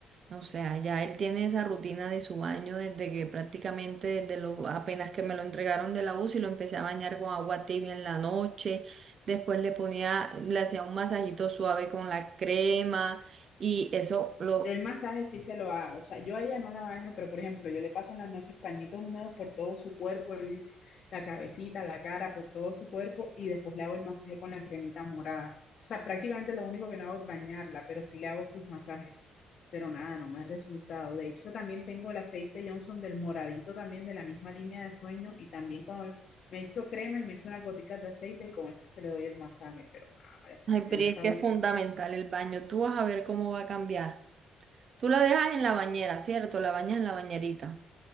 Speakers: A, on the right; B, on the left.
A: O sea, ya él tiene esa rutina de su baño desde que prácticamente desde lo, apenas que me lo entregaron de la UCI lo empecé a bañar con agua tibia en la noche, después le ponía, le hacía un masajito suave con la crema y eso lo,
B: Yo el masaje sí se lo hago, o sea, yo a ella no la baño, pero por ejemplo, yo le paso en las noches pañitos húmedos por todo su cuerpo, el- la cabecita, la cara, por todo su cuerpo y después le hago el masaje con la cremita morada. O sea, prácticamente lo único que no hago es bañarla, pero sí le hago sus masajes. Pero nada, no me ha resultado. De hecho, también tengo el aceite Johnson del moradito también de la misma línea de sueño y también cuando me echo crema y me echo unas goticas de aceite y con eso es que le doy el masaje. Pero nada, María Celeste
A: ay, pero
B: no
A: es
B: está
A: que
B: durmiendo.
A: es fundamental el baño, tú vas a ver cómo va a cambiar. Tú la dejas en la bañera, ¿cierto? La bañas en la bañerita.